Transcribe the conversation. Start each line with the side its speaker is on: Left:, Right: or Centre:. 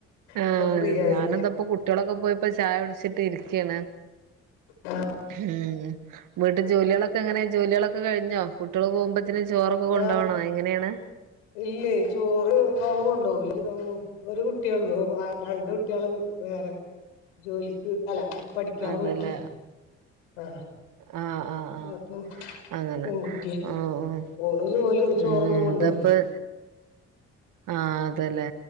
Right: ആ
Left: ഇപ്പൊ ഫ്രീ ആയി
Right: ഞാനെന്താപ്പ കുട്ട്യോളൊക്കെ പോയപ്പോ ചായകുടിച്ചിട്ടിരിക്കേണ്
Left: ആ
Right: ഉം വീട്ട് ജോലികളൊക്കെ എങ്ങനെ ജോലികളൊക്കെ കഴിഞ്ഞോ കുട്ട്യോള് പോകുമ്പ ഇതിന് ചോറൊക്കെ കൊണ്ടോണോ
Left: ആഹ്
Right: എങ്ങനെയേണ്
Left: ഇല്ലേ ചോറ് മ്മ കൊണ്ടൊവുല ഒരു കുട്ടിയൊള്ളൂ രണ്ട് കുട്ടിയോളെ വേറെ ജോലിക്ക് അല്ല പഠിക്കാൻ
Right: അതല്ലേ
Left: പോയിട്ടാണ് ആ
Right: ആഹ് ആഹ് ആഹ്
Left: അപ്പൊ
Right: അങ്ങനെ
Left: പെൺകുട്ട്യാ
Right: ആഹ് ഉം
Left: ഓള് ജോലി ചോറൊന്നും
Right: ഉം
Left: കൊണ്ടൊവുല്ല
Right: ഇതപ്പ ആ അതെലെ